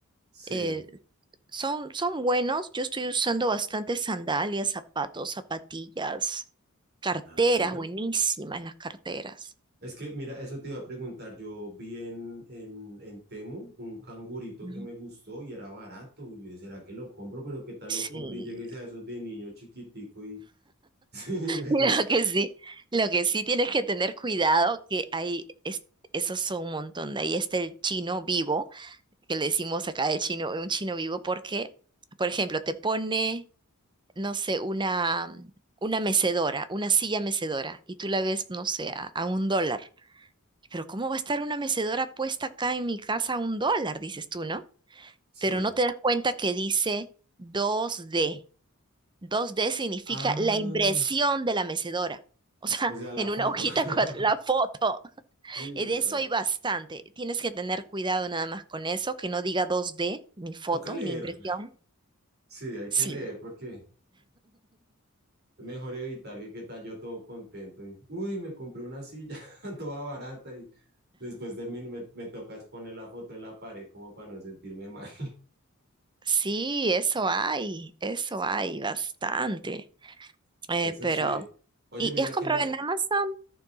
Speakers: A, on the right (about 50°); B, on the right (about 20°).
A: sí.
B: Eh, son, son buenos. Yo estoy usando bastante sandalias, zapatos, zapatillas, carteras,
A: Ah, sí.
B: buenísimas las carteras.
A: Es que, mira, eso te iba a preguntar. Yo vi en, en, en Temu un cangurito
B: Ujú.
A: que me gustó y era barato. Y yo dije, ¿será que lo compro? Pero ¿qué tal
B: Sí,
A: lo compro? Y llegué a esos de niño chiquitico y... <laughs> sí,
B: Lo
A: yo-
B: que sí, lo que sí tienes que tener cuidado, que hay, es- esos son un montón. De ahí está el chino vivo, que le decimos acá el chino, un chino vivo, porque, por ejemplo, te pone, no sé, una, una mecedora, una silla mecedora, y tú la ves, no sé, a, a un dólar. Pero ¿cómo va a estar una mecedora puesta acá en mi casa a un dólar? Dices tú, ¿no?
A: sí.
B: Pero no te das cuenta que dice 2D. 2D significa
A: Ah.
B: la impresión de la mecedora. O sea,
A: O sea,
B: <laughs>
A: la
B: en
A: foto.
B: una hojita
A: <laughs>
B: con la foto.
A: Uy,
B: Eh,
A: no.
B: De eso hay bastante. Tienes que tener cuidado nada más con eso, que no diga 2D, ni foto,
A: Toca leer.
B: ni impresión.
A: Sí, hay
B: Sí.
A: que leer porque es mejor evitar que qué tal yo todo contento y, uy, me compré una silla <laughs> toda barata y después termino, me, me toca es poner la foto en la pared como para no sentirme mal.
B: Sí, <laughs> eso hay, eso hay bastante.
A: <laughs>
B: Eh,
A: Eso
B: pero,
A: sí. Oye,
B: ¿y,
A: mira
B: y has comprado
A: que me,
B: en Amazon?